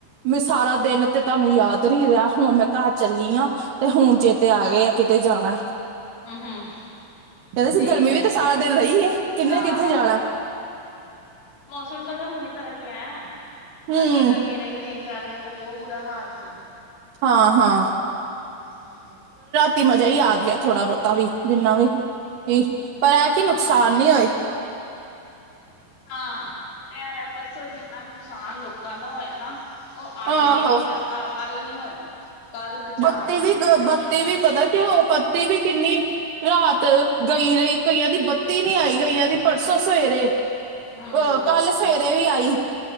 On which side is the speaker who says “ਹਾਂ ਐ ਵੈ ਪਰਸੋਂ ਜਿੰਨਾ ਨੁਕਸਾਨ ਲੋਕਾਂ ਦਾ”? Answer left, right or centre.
Left